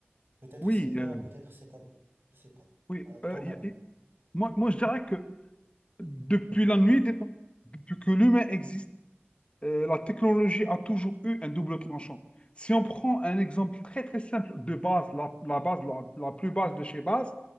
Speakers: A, on the right; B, on the left.
A: Peut-être
B: Oui,
A: c'est bien,
B: euh,
A: peut-être c'est pas bien. Je sais pas.
B: oui.
A: À ton
B: euh, y
A: avis?
B: a- y- moi, moi, je dirais que depuis la nuit des temps, depuis que l'humain existe, euh, la technologie a toujours eu un double tranchant. Si on prend un exemple très très simple de base, la, la base, la, la plus basse de chez base,